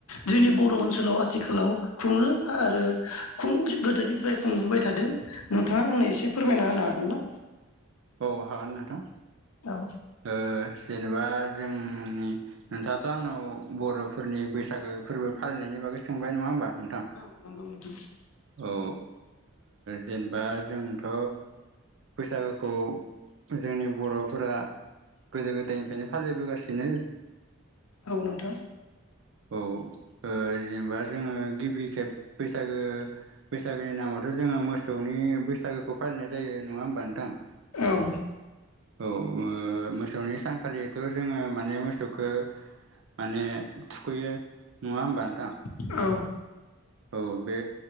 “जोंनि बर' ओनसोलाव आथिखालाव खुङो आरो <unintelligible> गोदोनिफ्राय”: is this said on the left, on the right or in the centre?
Left